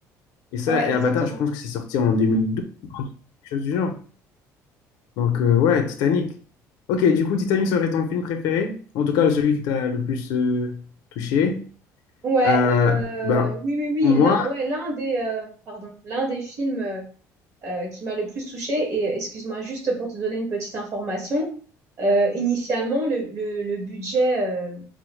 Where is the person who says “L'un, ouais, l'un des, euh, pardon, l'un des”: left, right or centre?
Right